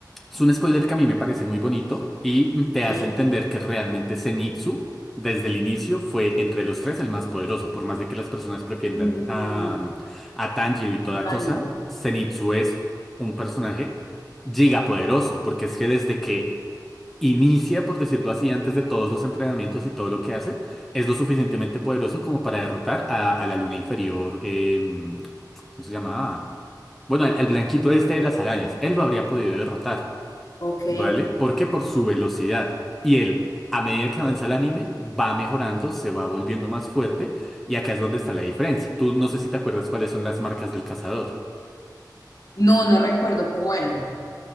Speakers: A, in the centre; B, on the left (about 55°).
A: es un spoiler que a mí me parece muy bonito y te hace
B: Sí.
A: entender que realmente Zenitsu, desde el inicio, fue entre los tres el más poderoso. Por más de que las personas prefieran
B: Uy,
A: a, a Tanjiro y toda
B: Tanjiro.
A: cosa, Zenitsu es un personaje gigapoderoso, porque es que desde que inicia, por decirlo así, antes de todos los entrenamientos y todo lo que hace, es lo suficientemente poderoso como para derrotar a, a la luna inferior. em, ¿cómo se llamaba? Bueno, al, al blanquito este de las arañas. Él lo habría podido derrotar,
B: Ok.
A: ¿vale? Porque por su velocidad. Y él, a medida que avanza el anime, va mejorando, se va volviendo más fuerte. Y acá es donde está la diferencia. Tú no sé si te acuerdas cuáles son las marcas del cazador.
B: No, no recuerdo cómo eran.